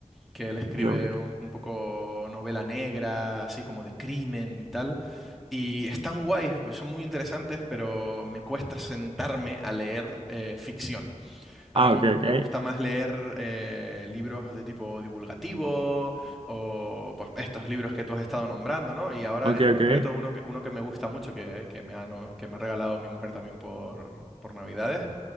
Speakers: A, in the centre; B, on the right (about 45°).
A: que él escribe
B: Yo, ok.
A: un, un poco novela negra, así como de crimen y tal. Y están guays, son muy interesantes, pero me cuesta sentarme a leer eh, ficción. A
B: Ah,
A: mí me,
B: ok,
A: gu-
B: ok.
A: me gusta más leer eh, libros de tipo divulgativo o pues, estos libros que tú has estado nombrando, ¿no? Y ahora
B: Ok,
A: en concreto
B: ok.
A: uno que, uno que me gusta mucho, que, que me ha, no- que me ha regalado mi mujer también por, por Navidades,